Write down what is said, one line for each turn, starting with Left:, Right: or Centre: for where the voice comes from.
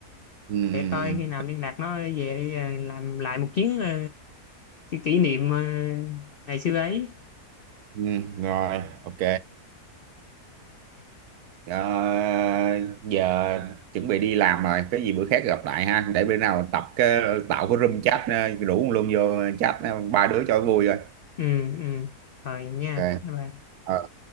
Right: ừ, ừ.
Left: để coi khi nào liên lạc nó về đi, ờ, làm lại một chuyến ờ, kỷ niệm ờ, ngày xưa ấy
Right: Ừ, rồi ok Ờ, giờ chuẩn bị đi làm rồi cái gì bữa khác gặp lại ha để bữa nào tập cái tạo cái room chat ờ, rủ luôn vô chat ờ, ba đứa cho vui rồi
Left: ừ ừ rồi nha
Right: ok
Left: bye bye
Right: Ờ,